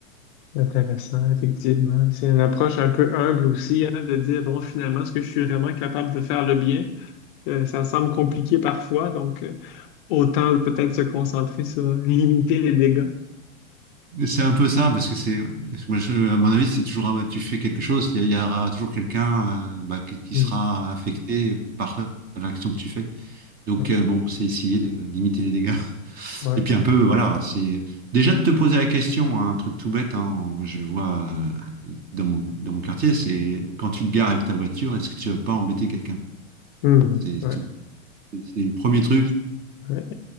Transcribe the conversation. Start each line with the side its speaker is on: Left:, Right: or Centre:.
Left: Intéressant, effectivement. C'est une approche un peu humble aussi, hein, de dire, bon, finalement, est-ce que je suis vraiment capable de faire le bien? Euh, ça semble compliqué parfois, donc euh, autant peut-être se concentrer sur limiter les dégâts.
Right: C'est un peu ça, parce que c'est, moi, je- à mon avis, c'est toujours, un- tu fais quelque chose, il y, a- il y aura toujours quelqu'un euh, bah, qui, qui
Left: Hmm.
Right: sera affecté par l'action que tu fais. Donc,
Left: Ouais,
Right: euh, bon, c'est essayer de limiter les dégâts. <laughs>
Left: ouais,
Right: Et puis, un peu, voilà, c'est déjà de te poser la question, hein, un truc tout bête, hein, je vois euh, dans mon, dans mon quartier, c'est quand tu te gares avec ta voiture, est-ce que tu vas pas embêter quelqu'un?
Left: hmm,
Right: C'est
Left: ouais,
Right: tout, c'est le premier truc.
Left: ouais.